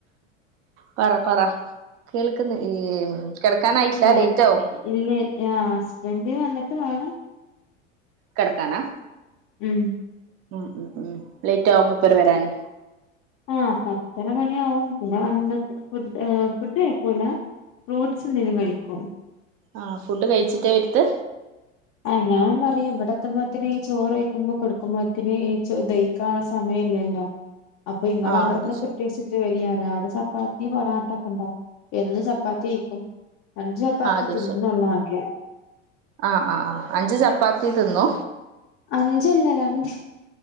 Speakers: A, on the right; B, on the left.
A: പറ പറ കേൾക്കുന്ന് ഈ കിടക്കാനായിട്ടില്ല
B: കെട
A: ലേറ്റ് ആവും
B: ഇല്ല ആ ഹസ്ബൻഡ് വന്നിട്ട് വേണം
A: കിടത്താനാ
B: ഉം
A: ഉം ഉം ലേറ്റാവാ മുപ്പര് വരാന്?
B: ആഹ് പത്തര മണിയാവും പിന്നെ വന്ന് ഫുഡ് ഫുഡ് കഴിക്കൂല ഫ്രൂട്ട്സ്ന്തേലും കഴിക്കും
A: ആഹ് ഫുഡ് കഴിച്ചിട്ടേ വരുത്
B: ആഹ് ഞാൻ പറയും ഇവിടെ എത്തുമ്പോഴ്ത്തിന് ഈ ചോറ്കഴിക്കുമ്പോ കെടുക്കുമ്പോത്തിന് ഈ ദഹിക്കാനുള്ള സമയം ഇല്ലല്ലോ അപ്പൊ ഇങ്ങൾ
A: ആ
B: അവിടുന്ന്
A: അത് ശരി
B: ഫുഡ് കയ്ച്ചിട്ട് വരിയാ അവിടെ ചപ്പാത്തി പറാട്ടക്കെ ഉണ്ടാവും എന്നും ചപ്പാത്തിയിരിക്കും അഞ്ച് ചപ്പാത്തി
A: ആ അത്
B: തിന്നണുള്ളു
A: ശരി
B: ആകെ
A: ആ ആ ആ അഞ്ച് ചപ്പാത്തി തിന്നു
B: അഞ്ചല്ല രണ്ട്